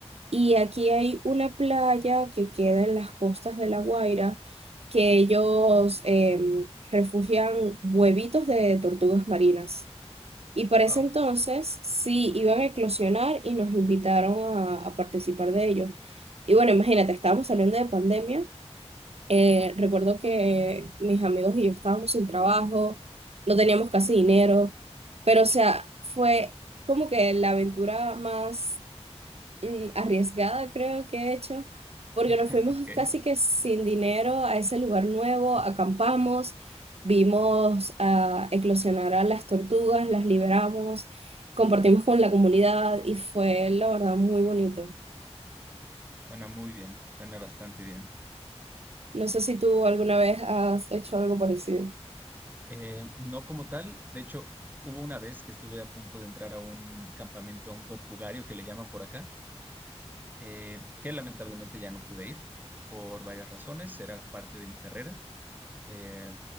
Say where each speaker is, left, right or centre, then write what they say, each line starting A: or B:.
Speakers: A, on the right; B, on the right.
A: Y aquí hay una playa que queda en las costas de La Guaira, que ellos em, refugian huevitos de tortugas marinas. Y para
B: Wow.
A: ese entonces sí iban a eclosionar y nos invitaron a, a participar de ellos. Y bueno, imagínate, estábamos saliendo de pandemia. eh, recuerdo que mis amigos y yo estábamos sin trabajo, no teníamos casi dinero, pero o sea, fue como que la aventura más mm, arriesgada, creo que he hecho, porque
B: <laughs>
A: nos fuimos
B: ok.
A: casi que sin dinero a ese lugar nuevo, acampamos, vimos a eclosionar a las tortugas, las liberamos, compartimos con la comunidad y fue, la verdad, muy bonito.
B: Suena muy bien, suena bastante bien.
A: No sé si tú alguna vez has hecho algo parecido.
B: Eh, no como tal, de hecho, hubo una vez que estuve a punto de entrar a un campamento, a un tortugario que le llaman por acá, eh, que lamentablemente ya no pude ir por varias razones, era parte de mi carrera, Eh,